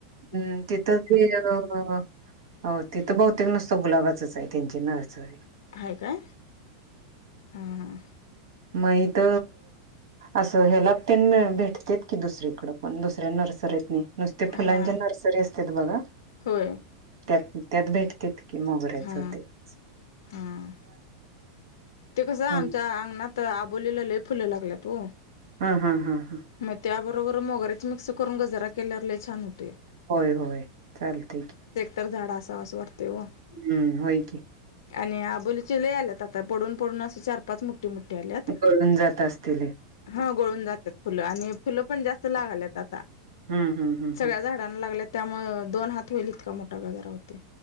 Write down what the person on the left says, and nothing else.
आहे काय हा हा.
हा
होय
हा
हा ते कसं आमच्या
अंगणात त आबोलीला लय फुलं लागल्यात हो.
मग त्याबरोबर मोगऱ्याच मिक्स करून गजरा केल्यावर लय छान होतय.
तर झाड असावस वाटतंय व
आणि आबोली आत आ पडून पडून अस चार पाच मोठी मोठी आल्यात
हाव. गळून जातात फुलं आणि फुलं पण जास्त लागायल्यात आता
सगळ्या झाडांना लागल्यात. त्यामुळं दोन हात होईल इतका मोठा गजरा होतय.